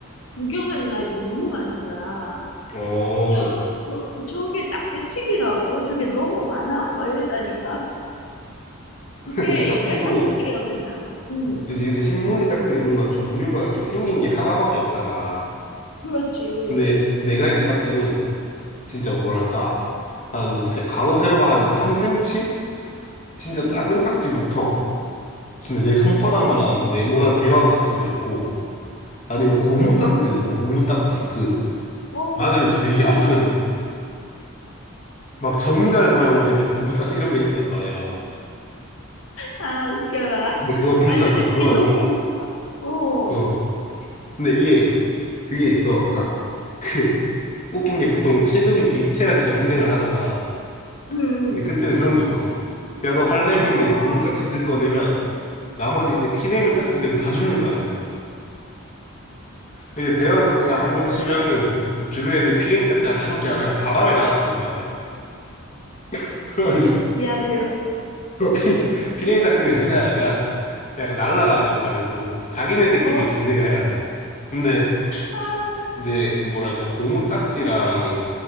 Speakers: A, on the left; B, on the left.
A: 구경하는 아이들이 너무 많은 거야.
B: 어
A: 야, 저, 그- 어, 저게 딱지치기라고? 저게 넘어가나? 막 이랬다니까. 그게
B: <laughs> 근데 딱지도
A: 옛날 딱지치기라고 생각. 응,
B: 그지 근데 신문지 딱지는 뭔가 종류가 이게 생긴 게 하나밖에 없잖아.
A: 그렇지.
B: 근데 내가 했던 딱지는 진짜 뭐랄까 한 세- 가로 세로가 한 3cm 진짜
A: 음,
B: 작은 딱지부터 진짜 내 손바닥만한
A: 아,
B: 네모난 대왕 딱지도 있고 아니면 고무
A: 오,
B: 딱지도 있었어. 고무 딱지 그
A: 어,
B: 맞으면 되게 아픈
A: 나,
B: 막 전갈 모양으로 생긴 고무딱지 이런 게 있었단 말이야.
A: 아, 웃겨라.
B: 근데 그건 비쌌어.
A: 아니, 근데 그게
B: 그건
A: 아, 너무, 어,
B: 어. 근데 이게 그게 있어. 그러니까 그 웃긴 게 보통 체급이 비슷해야지 경쟁을 하잖아.
A: 응, 응.
B: 근데 그때는 그런 게 없었어. 야 너 할래?
A: 아,
B: 했는데
A: 어,
B: 이제 고무딱지 쓱 꺼내면 나머지 이제 피레미
A: 아,
B: 딱지들은 다 죽는 거야 그냥. 이제 대형 딱지가
A: 너무
B: 한번
A: 웃겨.
B: 치면은 주변에 있는 피레미 딱지 한 다섯 개가 그냥 바람에 날아간단 말이야. <laughs> 그러니
A: 야, 대,
B: 피, 피레미 닭띠는 그냥 약간, 약간 날아가는 역할이고, 자기네들끼리
A: 어,
B: 경쟁을 해야 돼. 근데,
A: 아,
B: 이제, 뭐랄까, 고무 딱지랑,